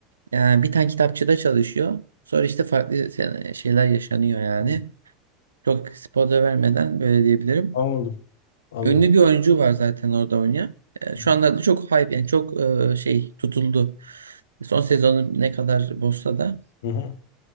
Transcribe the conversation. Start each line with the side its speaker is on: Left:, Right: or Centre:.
Right: e, bir tane kitapçıda çalışıyor. Sonra işte farklı se- şeyler yaşanıyor yani.
Left: hı.
Right: Çok spoiler vermeden böyle diyebilirim.
Left: Anladım. Anladım.
Right: Ünlü bir oyuncu var zaten orada oynayan. E,
Left: Hı
Right: Şu
Left: hı.
Right: anlarda çok hype yani çok e, şey tutuldu. Son sezonu ne kadar bozsa da.
Left: Hı hı.